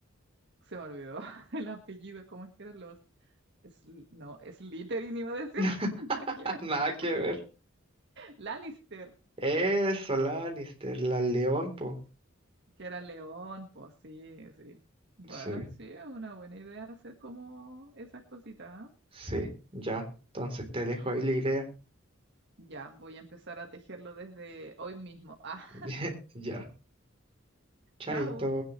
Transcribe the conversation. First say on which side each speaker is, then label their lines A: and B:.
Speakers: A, on the right; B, on the right.
A: se me olvidó <laughs> el apellido. ¿Cómo es que eran los? Sl- no, Slytherin iba a decir.
B: <laughs>
A: <laughs> Nada que ver.
B: Nada que ver.
A: Lannister.
B: Eso, Lannister, la León, po.
A: que era león, pues sí, sí. Bueno,
B: Sí,
A: sí, es una buena idea hacer como esas cositas. ¿ah?
B: sí, ya. Entonces te dejo ahí la idea.
A: Ya, voy a empezar a tejerlo desde hoy mismo. <laughs> Ah,
B: <laughs> Ya, chaito.
A: chao.